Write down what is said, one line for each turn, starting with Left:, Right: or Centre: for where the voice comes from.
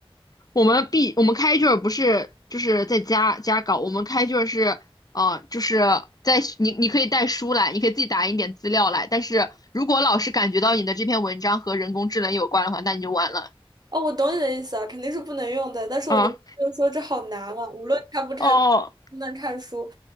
Left: 我们毕我们开卷儿不是就是在家家搞，我们开卷儿是呃，就是在你你可以带书来，你可以自己打印点资料来，但是如果老师感觉到你的这篇文章和人工智能有关的话，那你就完了
Right: 哦，我懂你的意思啊，肯定是不能用的。但是我的意思就是说，
Left: 啊！
Right: 这好难啊，无论看不看能
Left: 哦，
Right: 不能看书，